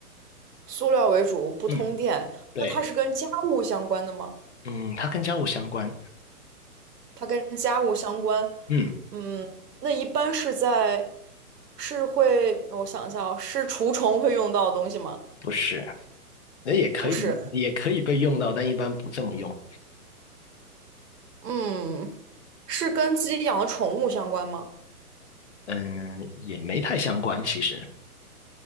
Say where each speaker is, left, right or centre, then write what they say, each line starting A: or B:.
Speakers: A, on the right; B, on the left.
A: 塑料为主，不通电，
B: 嗯，对，
A: 那它是跟家务相关的吗？
B: 嗯，它跟家务相关。
A: 它跟家务相关。
B: 嗯，
A: 嗯，那一般是在，是会，我想一下哦，是除虫会用到的东西吗？
B: 不是。那也可以，
A: 不是，
B: 也可以被用到，但一般不这么用。
A: 嗯，是跟自己养的宠物相关吗？
B: 嗯，也没太相关，其实。